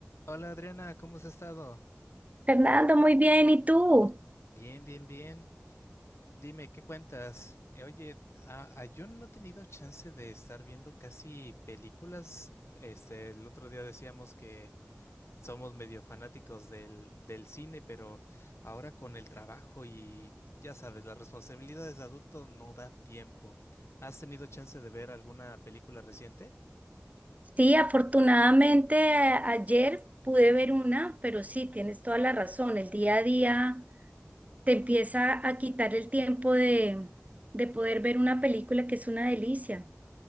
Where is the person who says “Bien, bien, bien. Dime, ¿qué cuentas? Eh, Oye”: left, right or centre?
Left